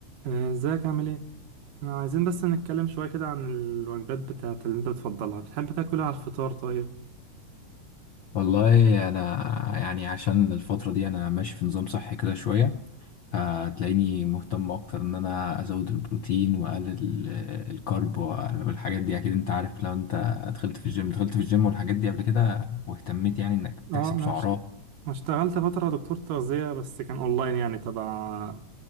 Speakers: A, on the right; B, on the left.
A: آه، ازيك عامل ايه؟ احنا عايزين بس نتكلم شوية كده عن الوجبات بتاعت اللي انت بتفضلها بتحب تاكلها على الفطار طيب؟
B: والله انا يعني عشان الفتره دي انا ماشي في نظام صحي كده شويه فتلاقيني مهتم اكتر ان انا ازود البروتين واقلل ال- الكارب والحاجات دي اكيد انت عارف لو انت دخلت في الجيم دخلت في الجيم والحاجات دي قبل كده واهتميت يعني انك تحسب
A: اه انا
B: سعرات
A: اش-
B: ايوه
A: أنا اشتغلت فترة دكتور تغذية بس كان اونلاين يعني تبع